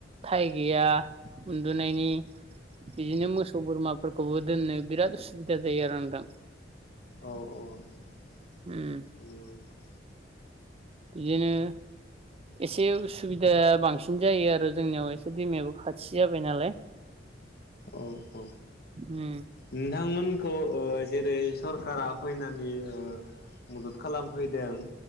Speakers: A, on the right; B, on the left.
A: थाइ गैया उन्दुनायनि बिदिनो मोसौ बोरमाफोरखौबो दोननो बिराद उसुबिदा जायो आरो नोंथां।
B: अ औ <unintelligible>
A: उम बिदिनो एसे उसुबिदा बांसिन जायो आरो जोंनियाव एसे दैमायाबो खाथि जाबाय नालाय।
B: औ औ
A: उम
B: नोंथांमोनखौ जेरै सरखारा फैनानै मदद खालामफैदों